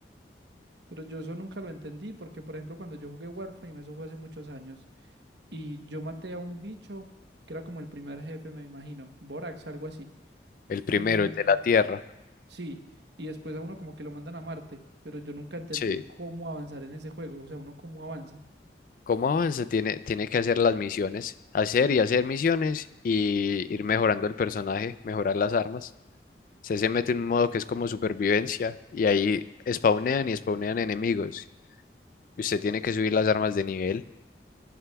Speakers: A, on the right (about 75°); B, on the left (about 50°).
A: Pero yo eso nunca lo entendí porque, por ejemplo, cuando yo jugué Warframe, eso fue hace muchos años, y yo maté a un bicho que era como el primer jefe, me imagino, Borax, algo así.
B: El primero,
A: y
B: el de la Tierra.
A: Sí, y después a uno como que lo mandan a Marte, pero yo nunca entendí
B: Sí.
A: cómo avanzar en ese juego, o sea, uno cómo avanza.
B: ¿Cómo avanza? Tiene, tiene que hacer las misiones, hacer y hacer misiones y ir mejorando el personaje, mejorar las armas. Usted se mete en un modo que es como supervivencia y ahí spawnean y spawnean enemigos. Y usted tiene que subir las armas de nivel.